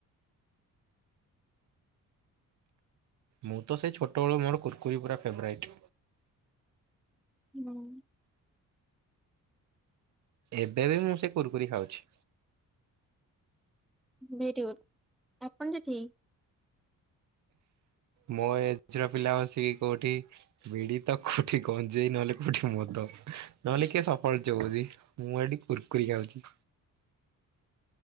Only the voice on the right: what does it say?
ମୁଁ ତ ସେଇ ଛୋଟବେଳୁ ମୋର କୁର୍କୁରି ପୁରା ଫେଭରାଇଟ୍।
ଏବେ ବି ମୁଁ ସେ କୁୁରକୁରି ଖାଉଛି।
ମୋ ଏଜ ର ପିଲା ବସିକି କୋଉଠି ବିଡି ତ କୋଉଠି ଗଞ୍ଜେଇ ନହେଲେ କୋଉଠି ମଦ ନହେଲେ କିଏ ସଫଳ ଚୋବାଉଛି। ମୁଁ ଏଠି କୁୁରକୁରି ଖାଉଛି।